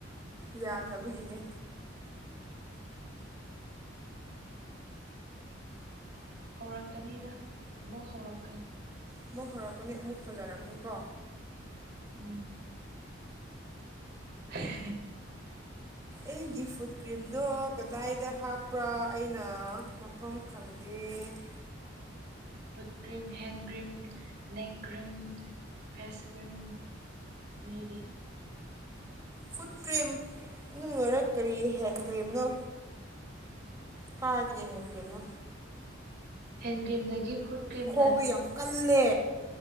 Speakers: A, on the right; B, on the right.
A: ꯌꯥꯝꯗꯕꯒꯤꯅꯦ
B: ꯍꯧꯔꯛꯀꯅꯤꯗ ꯑꯃꯨꯛ ꯍꯧꯔꯛꯀꯅꯤ
A: ꯑꯃꯨꯛ ꯍꯧꯔꯛꯀꯅꯤ ꯑꯃꯨꯛ ꯐꯖꯔꯛꯀꯅꯤꯀꯣ
B: ꯎꯝ <inaudible>
A: ꯑꯩꯒꯤ ꯐꯨꯗ ꯀ꯭ꯔꯤꯝꯗꯣ ꯀꯗꯥꯏꯗ ꯍꯥꯞꯄ꯭ꯔꯥ ꯑꯩꯅ ꯃꯐꯝ ꯈꯪꯗꯦ ꯄ
B: foot cream hand cream ꯅꯦꯛꯦꯛ cream face cream ꯃꯤꯒꯤ
A: ꯐꯨꯠ ꯀ꯭ꯔꯤꯝ ꯅꯨꯡꯅꯔ ꯀꯔꯤ ꯍꯦꯟ ꯀ꯭ꯔꯤꯝꯅꯣ ꯀꯥꯖꯒꯦꯁꯤ ꯀꯅꯣ
B: ꯍꯦꯟ ꯀ꯭ꯔꯤꯝꯗꯒꯤ ꯐꯨꯠ ꯀ꯭ꯔꯤꯝꯅ
A: ꯈꯣꯡꯗꯣ ꯌꯥꯝ ꯀꯜꯂꯦ